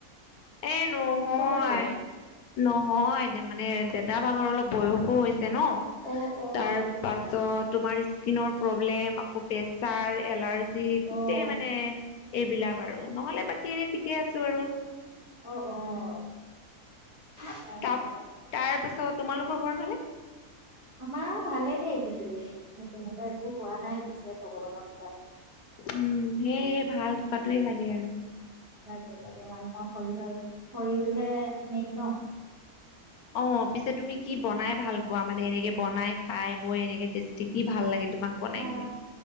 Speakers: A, on the left; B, on the right.
A: এ নহয়
B: হৈছে
A: নহয় মানে দেত- তা ভাগৰ অলপ বয়সো হৈছে ন
B: অ অ
A: তাৰ
B: সেইটো
A: পাছত
B: কথা
A: তোমাৰ স্কিনৰ প্ৰব্লেম আকৌ প্ৰেচাৰ, এলাৰ্জি
B: অ',
A: গোটেই মানে এইবিলাক আৰু নহলে বাকী এনে ঠিকে আছো আৰু।
B: অ', অ', তাকে।
A: ত তাৰ পাছত তোমালোকৰ ঘৰ ফালে?
B: আমাৰ ভালেই দে পিছে তেনেকুৱা একো হোৱা নাই পিছে ভগৱানৰ কৃপাত।
A: উম, সেয়ে ভাল থকাটোৱে লাগে আৰু।
B: তাকে তাকে মানুহৰ শৰীৰৰ শৰীৰটোহে মেইন ন।
A: অ পিছে তুমি কি বনাই ভাল পোৱা মানে এনেকে বনাই, খাই বৈ এনেকে টেষ্টি কি ভাল লাগে? ভাত বনাই
B: আহ
A: কিনে।